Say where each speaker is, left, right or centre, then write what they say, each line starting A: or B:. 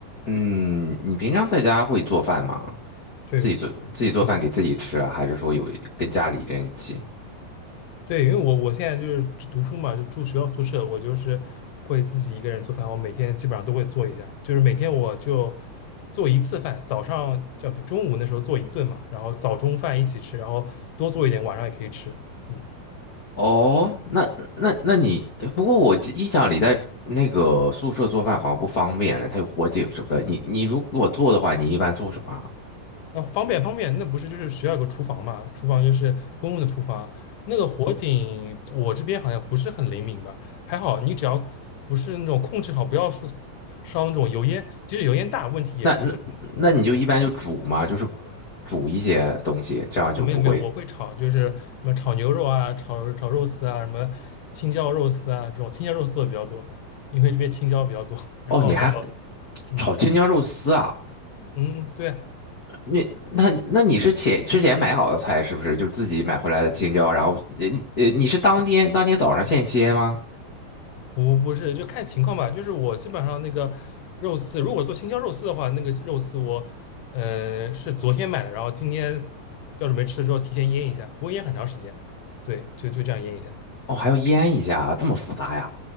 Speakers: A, on the left; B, on the left.
A: 嗯，你平常在家会做饭吗？
B: 对，
A: 自己做自己做饭给自己吃啊，
B: 嗯，
A: 还是说有跟家里人一起？
B: 对，因为我我现在就是读书嘛，就住学校宿舍，我就是会自己一个人做饭，我每天基本上都会做一下，就是每天我就做一次饭，早上这不中午那时候做一顿嘛，然后早中饭一起吃，然后多做一点，晚上也可以吃，嗯，
A: 哦，那那那你不过我记印象里在那个宿舍做饭好像不方便呢，它有火警什么的。你你如果做的话，你一般做什么啊
B: 那方便方便，那不是就是学校有个厨房嘛，厨房就是公用的厨房，那个火警我这边好像不是很灵敏吧，还好你只要不是那种控制好，不要说烧那种油烟，即使油烟大，问题也不是很很很大。
A: 那那那你就一般就煮嘛，就是煮一些东西，这样就不会。
B: 啊，没有没有，我会炒，就是什么炒牛肉啊，炒炒肉丝啊，什么青椒肉丝啊，这种青椒肉丝做的比较多，因为这边青椒比较多。<laughs> 然后还有，
A: 哦，你还
B: 嗯
A: 炒青椒肉丝啊？
B: 嗯，对啊
A: 那那那你是前之前买好的菜是不是？就自己买回来的青椒，然后呃你呃你是当天当天早上现切吗？
B: 不不是，就看情况吧。就是我基本上那个肉丝，如果做青椒肉丝的话，那个肉丝我呃是昨天买的，然后今天要是没吃的时候提前腌一下，不会腌很长时间。对，就就这样腌一下。
A: 哦，还要腌一下啊，
B: 嗯。
A: 这么复杂呀？